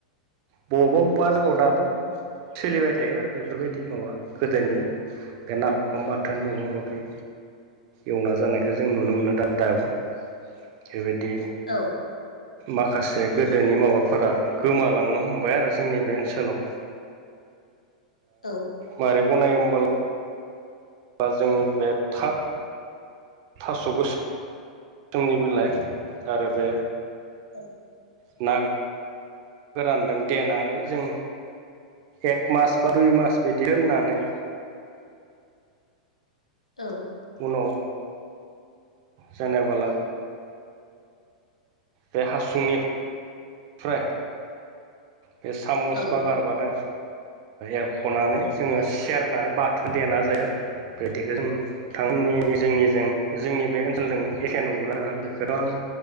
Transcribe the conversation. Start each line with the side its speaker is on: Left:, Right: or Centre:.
Right: बबावबा बबेबा जगाव दाबो सोलिबाय थायो आरो बेफोरबायदि माबा गोदोनि। बे नाफाम बाथोन माबा माबि एवना जानायखौ जों नुनो मोनो दा दाबो बेबायदि।
Left: औ
Right: माखासे गोदोनि माबाफोरा। गोमालांनो हमबाय आरो जोंनि बे ओनसोलाव।
Left: औ
Right: मारै बनायो होमबालाय बा जों बे था। थासगो। समोमनि बिलाइ आरो बे
Left: औ।
Right: न गोरानदों देनानै जों एक मास बा दुइ मास बिदि दोननानै।
Left: औ
Right: उनाव जानाबोला बे हासुंनिफ्राय बे सामस
Left: औ
Right: बा गारबादों एरख'नानै जोङो सेरनानै बाथोन देना जायो आरो बिदिख जों थामनि जोंनिजों जोंनि बे ओनसोलजों एखे नंगौना नाङा बेखौ' आं